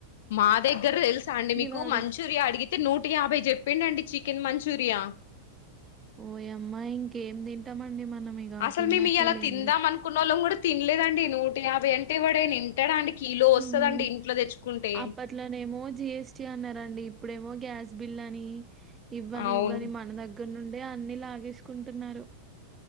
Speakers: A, on the left (about 55°); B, on the right (about 20°).
A: మా దగ్గర తెలుసా అండి మీకు
B: వాడు.
A: మంచూరియా అడిగితే నూట యాభై చెప్పిండండి చికెన్ మంచూరియా
B: ఓయమ్మా ఇంకేం తింటామండి మనం ఇగ
A: అసలు
B: తిన్నట్టే
A: మేము ఇయ్యాల
B: లేండి.
A: తిందాం అనుకున్నోలం గుడ తిన్లేదండి నూట యబై అంటే ఎవడన్నా తింటాడ అండి కిలో
B: హుమ్
A: వస్తదండి ఇంట్లో తెచ్చుకుంటే
B: అప్పట్లోనేమో జిఎస్టి అన్నారన్ ఇప్పుడేమో గ్యాస్ బిల్ అని ఇవ్వని
A: అవును
B: ఇవ్వని మన దగ్గర నుండే అన్ని లాగేస్ కుంటున్నారు